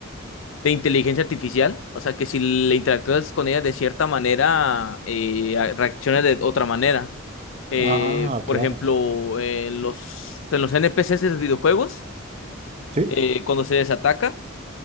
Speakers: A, on the left; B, on the right.
A: de inteligencia artificial. O sea, que si le interactúas con ella de cierta manera, eh, a- reacciona de otra manera. Eh,
B: Ah,
A: por
B: claro.
A: ejemplo, en los, en los N P C's de los videojuegos,
B: Sí,
A: eh, cuando se les ataca